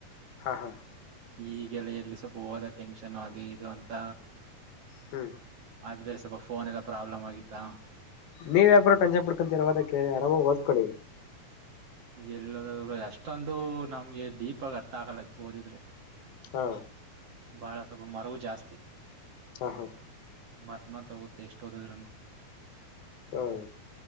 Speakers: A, on the left; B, on the right.
A: ಹಾ ಹಾ.
B: ಈಗೆಲ್ಲ ಎಲ್ಲಿ ಸ್ವಲ್ಪ ಹೋದ ಟೆನ್ಷನ್ ಅದು ಇದು ಅಂತ
A: ಹ್ಮ್.
B: ಆದ್ಮೇಲೆ ಸ್ವಲ್ಪ ಫೋನ್ ಎಲ್ಲ ಪ್ರಾಬ್ಲಮ್ ಆಗಿತ್ತಾ.
A: ನೀವು ಯಾಕ ಬ್ರೋ ಟೆನ್ಷನ್ ಪಡ್ಕೊಂತಿರ ಓ ದಕ್ಕೆ ಆರಾಮಾಗ್ ಓದ್ಕೊಳ್ಳಿ
B: ಎಲ್ಲೋದದು ಅಷ್ಟೊಂದು ನಮ್ಗೆ ಡೀಪ್ ಆಗ ಅರ್ಥ ಆಗಲ್ಲ ಓದಿದ್ರೆ.
A: ಹಾ
B: ಬಾಳ ಸ್ವಲ್ಪ ಮರವು ಜಾಸ್ತಿ.
A: ಹ ಹಾ.
B: ಮರ್ತ್ ಮಾರ್ತ್ ಹೋಗುತ್ತೆ ಎಷ್ಟು ಓದದ್ರನು.
A: ಹ್ಮ.